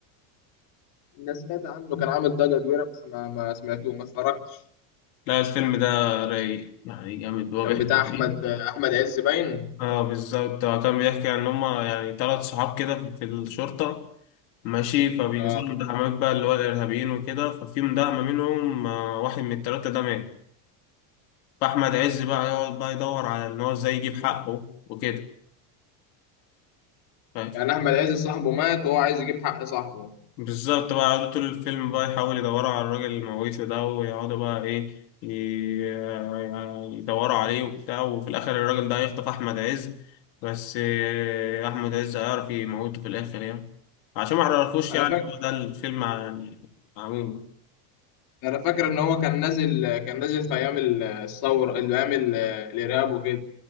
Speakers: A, on the left; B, on the left.
A: الناس سمعت عنه كان عامل ضجة كبيرة بس ما ما سمعته ما اتفرجتش
B: لا الفيلم ده رايق يعني جامد هو
A: كان
B: بيحكي
A: بتاع
B: عن
A: احمد
B: ايه
A: احمد عز باين
B: اه بالظبط هو كان بيحكي عن هما يعني ثلاث صحاب كده في في الشرطة ماشي فبينزلوا
A: اه
B: مداهمات بقى اللي هو الإرهابيين وكده ففي مداهمة منهم آه، واحد من التلاتة ده مات فأحمد عز بقى يقعد بقى يدور على إن هو إزاي يجيب حقه وكده فاهم
A: يعني احمد عز صاحبه مات وهو عايز يجيب حق صاحبه
B: بالظبط بقى يقعدوا طول الفيلم بقى يحاولوا يدوروا على الراجل المويسه ده ويقعدوا بقى ايه ي- يدوروا عليه وبتاع وفي الاخر الراجل ده هيخطف احمد عز بس آه، احمد عز هيعرف يموته في الاخر يعني عشان ما عرفوش
A: انا
B: يعني
A: فاكر
B: هو ده الفيلم يعني عموما
A: انا فاكر ان هو كان نازل كان نازل في ايام الثوره ايام ال- الارهاب وكده